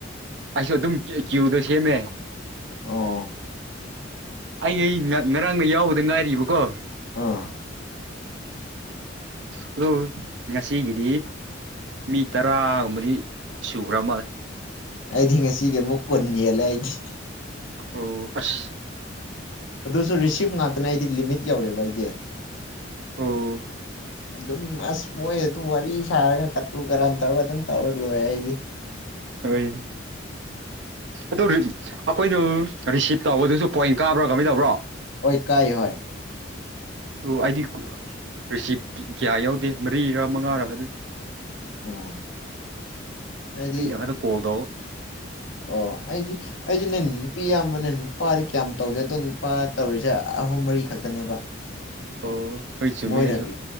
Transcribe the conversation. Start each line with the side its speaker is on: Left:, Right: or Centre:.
Right: ꯑꯩꯁꯨ ꯑꯗꯨꯝ ꯀ꯭ꯌꯨꯗꯣ ꯁꯦꯝꯃꯦ
Left: ꯑꯣ
Right: ꯑꯩ ꯉꯔꯥꯡꯒ ꯌꯥꯎꯕꯗ ꯉꯥꯏꯔꯤꯕꯀꯣ
Left: ꯑꯥ
Right: ꯍꯜꯂꯣ ꯉꯁꯤꯒꯗꯤ ꯃꯤ ꯇꯔꯥꯒꯨꯝꯕꯗꯤ ꯁꯨꯈ꯭ꯔ ꯃꯥꯜꯂꯦ
Left: ꯑꯩꯗꯤ ꯉꯁꯤꯒꯤ ꯑꯃꯨꯛ ꯀꯨꯟꯅꯤꯦꯜꯂꯦ ꯑꯩꯗꯤ
Right: ꯑꯣ ꯑꯁ
Left: ꯑꯗꯨꯁꯨ ꯔꯤꯁꯤꯞ ꯉꯥꯛꯇꯅꯦ ꯑꯩꯗꯤ ꯂꯤꯃꯤꯠ ꯌꯧꯔꯦꯕ ꯑꯩꯗꯤ
Right: ꯑꯣ
Left: ꯑꯗꯨꯝ ꯑꯁ ꯃꯣꯏ ꯑꯗꯨꯝ ꯋꯥꯔꯤ ꯁꯥꯔꯒ ꯀꯠꯇꯨ ꯀꯔꯟ ꯇꯧꯔꯒ ꯑꯗꯨꯝ ꯇꯧꯔ ꯂꯣꯏ ꯑꯩꯗꯤ
Right: ꯍꯣꯏ ꯑꯗꯨ ꯑꯩꯈꯣꯏꯅ ꯔꯤꯁꯤꯞ ꯇꯧꯕꯗꯨꯁꯨ ꯄꯣꯏꯟ ꯀꯥꯕ꯭ꯔꯣ ꯀꯃꯥꯏ ꯇꯧꯕ꯭ꯔꯣ
Left: ꯑꯣꯏ ꯀꯥꯏ ꯍ
Right: ꯑꯣ ꯑꯩꯗꯤ ꯔꯤꯁꯤꯞ ꯀꯌꯥ ꯌꯥꯎꯗꯦ ꯃꯔꯤꯔꯥ ꯃꯉꯥꯔꯥ ꯑꯗꯨ ꯑꯗꯨꯣꯏꯅꯤ
Left: ꯑꯣ ꯍꯥꯏꯗꯤ
Right: ꯑꯩꯅ ꯈꯛꯇ ꯀꯣꯜ ꯇꯧ
Left: ꯑꯣ ꯑꯩꯗꯤ ꯑꯩꯁꯨ ꯅ ꯅꯨꯄꯤ ꯑꯕꯅꯦ ꯅꯨꯄꯥꯗꯤ ꯀꯌꯥꯝ ꯇꯧꯗꯦ ꯑꯗꯣ ꯅꯨꯄꯥ ꯇꯧꯔꯤꯁꯦ ꯑꯍꯨꯝ ꯃꯔꯤ ꯈꯛꯇꯅꯦꯕ
Right: ꯑꯣ ꯍꯣꯏ ꯆꯨꯝꯃꯤ
Left: ꯃꯣꯏꯅ
Right: ꯑꯩꯁꯨ